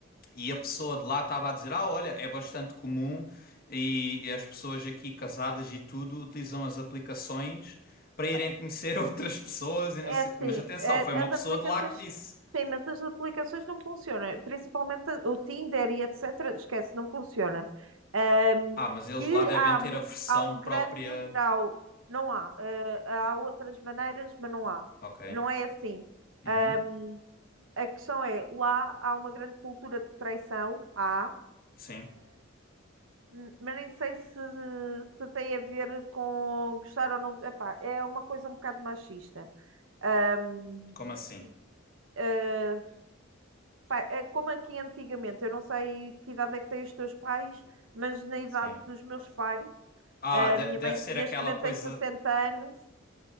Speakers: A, on the left; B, on the right.
A: e a pessoa de lá estava a dizer: Ah, olha, é bastante comum e, e as pessoas aqui casadas e tudo utilizam as aplicações para irem
B: pá,
A: conhecer <laughs> outras pessoas. E
B: é
A: não sei-
B: assim,
A: Mas atenção,
B: a-
A: foi uma
B: as
A: pessoa
B: aplicações.
A: de lá que disse:
B: Sim, mas as aplicações não funcionam. Principalmente a- o Tinder e etc. Esquece, não funciona. Ahm,
A: Ah, mas eles
B: que
A: lá devem
B: há,
A: ter a versão
B: há um
A: própria.
B: grande grau. Não há. Ah, há outras maneiras, mas não há.
A: Ok.
B: Não é assim.
A: Uhum.
B: Ah, A questão é, lá há uma grande cultura de traição, há,
A: Sim.
B: Hum, Mas nem sei se, se tem a ver com gostar ou não. Epá, é uma coisa um bocado machista. Hum,
A: Como assim?
B: eh, pá, é como aqui antigamente, eu não sei que idade é que têm os teus pais, mas na idade
A: Sim.
B: dos meus pais,
A: Ah,
B: a
A: de-
B: minha
A: deve
B: mãe
A: ser
B: neste
A: aquela
B: momento
A: coisa.
B: tem sessenta anos